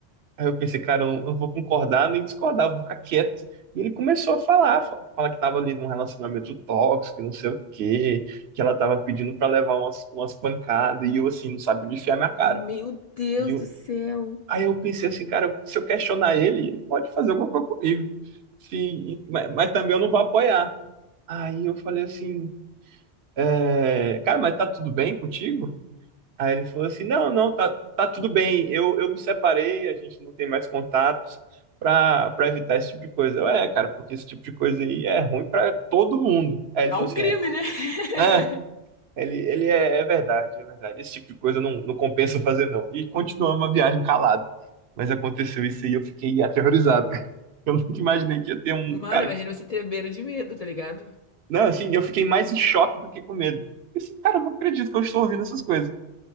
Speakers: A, on the right; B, on the left.
A: aí eu pensei, cara, eu não, eu não vou concordar nem discordar, vou ficar quieto. E ele começou a falar, fa- falar que tava ali num relacionamento tóxico, não sei o quê, que ela tava pedindo pra levar umas, umas pancadas, e eu assim, não sabia onde enfiar minha cara.
B: Meu Deus
A: E eu,
B: do céu.
A: aí eu pensei assim, cara, se eu questionar ele, ele pode fazer alguma coisa comigo. Se- mas, mas também eu não vou apoiar. Aí eu falei assim, é, cara, mas tá tudo bem contigo? Aí ele falou assim, não, não, tá, tá tudo bem, eu, eu me separei, a gente não tem mais contatos pra, pra evitar esse tipo de coisa. Eu, é, cara, porque esse tipo de coisa aí é ruim pra todo mundo. Aí ele
B: É
A: falou
B: um
A: assim,
B: crime,
A: é,
B: né? <laughs>
A: é, ele, ele é, é verdade, é verdade, esse tipo de coisa não, não compensa fazer não. E continuamos a viagem calado. Mas aconteceu isso aí, eu fiquei aterrorizado. <laughs> cara. Eu nunca imaginei que ia ter um
B: Mano,
A: cara
B: imagina você tremer de medo, tá ligado?
A: Não, assim, eu fiquei mais em choque do que com medo. Eu, assim, cara, eu não acredito que eu estou ouvindo essas coisas.